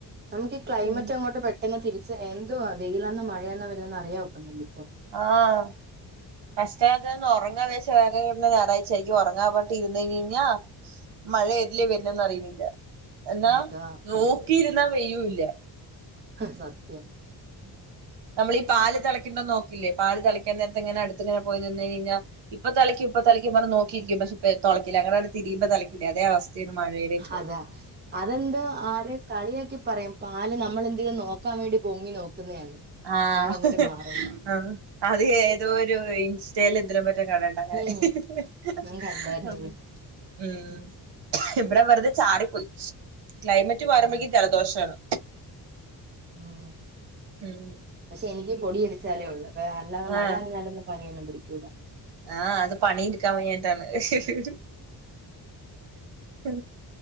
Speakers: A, on the right; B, on the right.
A: നമുക്ക് ഈ ക്ലൈമറ്റ്
B: തുണി
A: അങ്ങോട്ട് പെ എന്നാ തിരിച്ച് എന്തുവാ വെയിലന്ന മഴയന്ന വരുന്നന്ന് അറിയാ വൊക്കത്തില്ല ഇപ്പൊ
B: ആഹ് കഷ്ടകാലത്തിന് ഒന്ന് ഒറങ്ങാ വിജാരിച്ച <unintelligible> ഞായറാ്ചായിരിക്കും ഒറങ്ങാൻ പക്ഷെ ഇരുന്ന് കഴിഞ് കഴിഞ്ഞാ മഴയേതിലേ വരുന്നെന്ന് അറിയുന്നില്ല എന്നാ
A: അതാ
B: നോക്കിയിരുന്നാ വെയ്ലുല്ല
A: സത്യം
B: <inaudible> നമ്മളീ പാല് തിളക്കുംബോ നോക്കില്ലേ പാല് തിളക്കാൻ നേരത്ത് ഇങ്ങനെ അടുത്ത്ങ്ങനെ പോയി നിന്ന് കഴിഞ്ഞാ ഇപ്പൊ തിളക്കും ഇപ്പ തളിക്കും പറഞ്ഞ് നോക്കിയിരിക്കും പക്ഷെ പെ തൊളക്കില്ല അങ്ങനാണ്ട് തിരിയുംബോ തെളക്കില്ലേ അതേ അവസ്ഥയാണ് മഴയുടെ ഇപ്പൊ
A: അതെ അതെന്ത് കളിയാക്കി പറയും പാല് നമ്മളെന്തേലും നോക്കാൻ വേണ്ടി പൊങ്ങി നോക്കുന്നയാന്ന്
B: ആ
A: നമ്മളങ്ങോട്ട്
B: ഹ്ഹ്‌
A: മാറുമ്പോ
B: ഹ് ആ അത് ഏതോ ഒരു <unintelligible> ചേലെന്തിലോ മറ്റോ കാണണ്ടായെ
A: ഉം
B: ഹ് ഹ്
A: ഞാൻ കണ്ടായിരുന്നത്
B: ഹ് ഉം
A: ഉം
B: ഇവിടെ വെറുതെ ചാറിപ്പോയി ക്ലൈമറ്റ് മാറുമ്പ
A: ഉം
B: യേക്ക് ജലദോഷാണ്
A: ഉം
B: ഉം
A: പക്ഷെ എനിക്ക് പൊടിയടിച്ചാലേ ഒള്ളൂ പെ അല്ലാതെ
B: ആഹ്
A: മഴ നനഞ്ഞാലൊന്നും പനിയൊന്നും പിടിക്കൂല
B: ആഹ് അത് പണിയിടുക്കാൻ വയ്യാഞ്ഞിട്ടാണ് ഹ് ഹ് ഹ്